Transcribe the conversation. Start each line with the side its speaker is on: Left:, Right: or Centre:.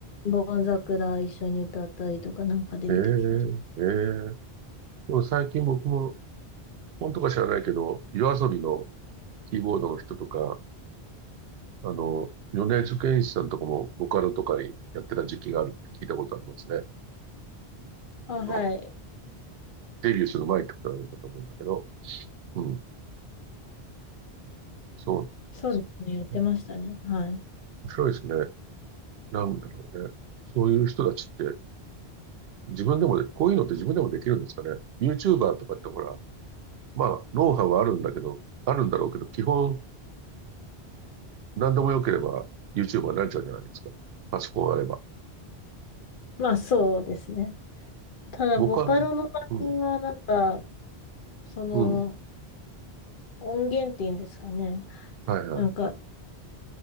Left: ボン桜一緒に歌ったりとかなんかで見た気がし
Right: ええ、ええ。でも最近僕も、本とか知らないけど、夜遊びのキーボードの人とか、あの、米津玄師さんとかもボカロとかにやってた時期があるって聞いたことありますね。
Left: ます。
Right: あの、
Left: あ、はい。
Right: デビューする前ってことなのかと思うんだけど。うん、そ
Left: そうですね。やってましたね。
Right: う。
Left: はい。
Right: 面白いですね。なんだろうね。そういう人たちって、自分でもで、こういうのって自分でもできるんですかね。YouTuber とかってほら、まあ、ノウハウはあるんだけど、あるんだろうけど、基本何でも良ければ YouTuber になっちゃうじゃないですか。パソコンあれば。
Left: まあそうですね。ただ、
Right: 僕は、
Left: ボカロの場合はなんか、
Right: うん、
Left: その
Right: うん、
Left: 音源っていうんですかね。
Right: はいはい。
Left: なんか、